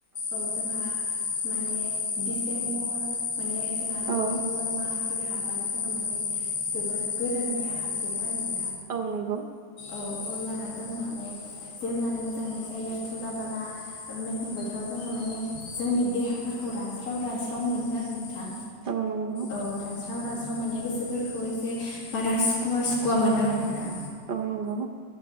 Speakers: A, on the left; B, on the right.
A: औ जोंहा माने डिसेम्बर माने जोंहा नबेमबर
B: औ
A: माफोर हाबबानो जोंहा माने जोबोद गोजांनाया हाबजेनो आरो
B: औ नंगौ
A: औ अब्लाना जों माने जेब्लानो गोजांनाय जायो तुला ला मेसें बोथोराव जोंहा माने जोंनि देहाफोरखौ रानस्राव रानस्राव मोनो आरो ना थां
B: औ नंगौ
A: औ रानस्राव रानस्र माने गोसोफोरखौ एसे बारा सुखुवा सुखुवा मोनो आरो नोंथां
B: औ नंगौ